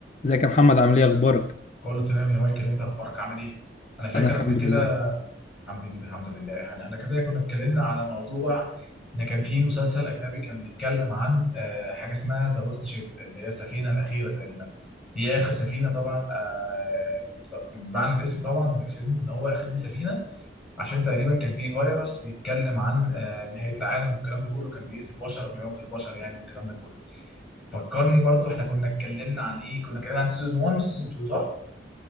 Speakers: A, on the left; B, in the centre.
A: ازيك يا محمد عامل ايه اخبارك
B: كله تمام يا مايكل انت اخبارك عامل ايه؟ انا فاكر
A: انا الحمد
B: قبل كده
A: لله
B: الحمد لله الحمد لله احنا احنا كده كنا اتكلمنا على موضوع ان كان في مسلسل اجنبي كان بيتكلم عن آه، حاجه اسمها ذا لاست شيب اللي هي السفينه الاخيره تقريبا هي اخر سفينه طبعا آه، طب- معنى الاسم طبعا من الفيلم ان هو اخر دي سفينه عشان تقريبا كان في فيروس بيتكلم عن آه، نهايه العالم والكلام ده كله كان بيأذي البشر وبيموت البشر يعني والكلام ده كله فكرني برضو احنا كنا اتكلمنا عن ايه؟ كنا اتكلمنا عن سيزون 1 وسيزون 2 صح؟